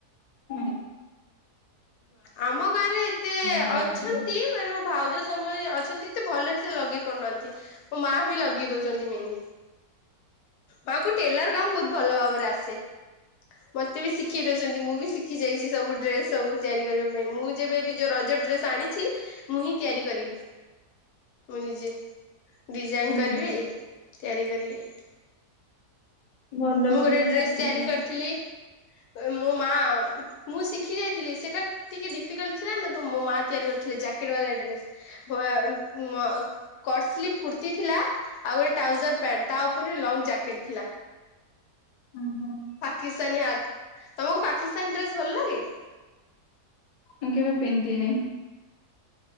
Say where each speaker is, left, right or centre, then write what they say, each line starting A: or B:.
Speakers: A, on the left (about 60°); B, on the left (about 80°).
A: ହୁଁ
B: ଆମ ଗାଁ ରେ ଏତେ
A: ଖରାପ
B: ଅଛନ୍ତି
A: କରିଦିଅନ୍ତି।
B: ମାନେ ମୋ ଭାଉଜ ସମୟ ଅଛନ୍ତି ଏତେ ଭଲସେ ଲଗେଇ ପାରୁନାହାନ୍ତି। ମୋ ମା ବି ଲଗେଇ ଦଉଛନ୍ତି ମେହେନ୍ଦୀ। ମାଙ୍କୁ ଟେଲର କାମ ବହୁତ ଭଲ ଭାବରେ ଆସେ। ମତେ ବି ଶିଖେଇ ଦଉଛନ୍ତି ମୁଁ ବି ଶିଖି ଯାଇଛି ସବୁ ଡ୍ରେସ ସବୁ। ତିଆରି କରିବା ପାଇଁ ମୁଁ ଯେବେ ବି ଯୋଉ ରଜ ଡ୍ରେସ ଆଣିଚି ମୁଁ ହିଁ ତିଆରି କରିବି। ମୁଁ ନିଜେ ଡିଜାଇନ
A: ଭଲ
B: କରିବି ତିଆରି କରିବି।
A: ଭଲ
B: ମୁଁ
A: କଥା
B: ଗୋଟେ ଡ୍ରେସ
A: ଶିଖିଲି
B: ତିଆରି
A: ଆଉ
B: କରିଥିଲି। ମୋ ମା ମୁଁ ଶିଖି ଯାଇଥିଲି ସେଟା ଟିକେ ଡିଫିକଲଟ ଥିଲା। ନା ତ ମୋ ମା ତିଆରି କରିଥିଲେ ଜାକେଟ ବା ଡ୍ରେସ୍। ଭ <unintelligible> କଟସ୍ଲିପ୍ କୁର୍ତୀ ଥିଲା, ଆଉ ଗୋଟେ ଟ୍ରାଉଜର ପ୍ୟାଣ୍ଟ ତା ଉପରେ ଲଙ୍ଗ୍ ଜ୍ୟାକେଟ୍ ଥିଲା।
A: ହଁ ହଁ
B: ପାକିସ୍ତାନୀ ହାତ ତମକୁ ପାକିସ୍ତାନୀ ଡ୍ରେସ ଭଲ ଲାଗେ?
A: ମୁଁ କେବେ ପିନ୍ଧିନି।